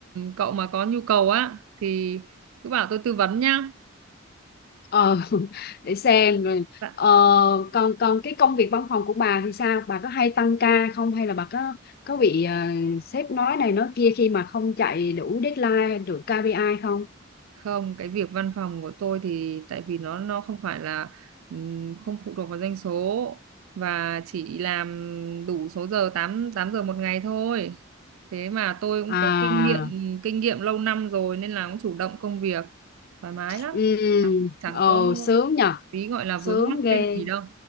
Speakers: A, on the right; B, on the left.
A: cậu mà có nhu cầu á thì cứ bảo tôi tư vấn nhá
B: ờ <laughs> để xem rồi
A: Dạ.
B: ờ, còn còn cái công việc văn phòng của bà thì sao bà có hay tăng ca không hay là bà có có bị ờ, sếp nói này nói kia khi mà không chạy đủ deadline được KPI không
A: Không, cái việc văn phòng của tôi thì tại vì nó nó không phải là ừm, không phụ thuộc vào doanh số và chỉ làm đủ số giờ 8 8 giờ một ngày thôi. Thế mà tôi cũng
B: à
A: có kinh nghiệm kinh nghiệm lâu năm rồi nên là cũng chủ động công việc thoải mái lắm.
B: ừ,
A: Chẳng, chẳng
B: ờ
A: có
B: sướng nhờ
A: tí gọi là
B: sướng
A: vướng mắc
B: ghê
A: cái gì đâu.